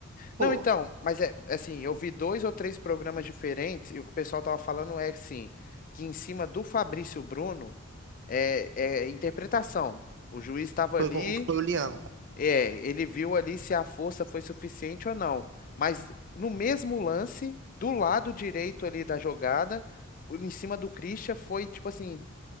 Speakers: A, on the right; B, on the left.
A: Pô,
B: Não, então, mas é é assim, eu vi dois ou três programas diferentes e o que o pessoal tava falando é assim, que em cima do Fabrício Bruno é, é interpretação. O juiz estava ali
A: foi, com- foi o Lianco.
B: É, ele viu ali se a força foi suficiente ou não. Mas no mesmo lance, do lado direito ali da jogada, em cima do Christian, foi tipo assim,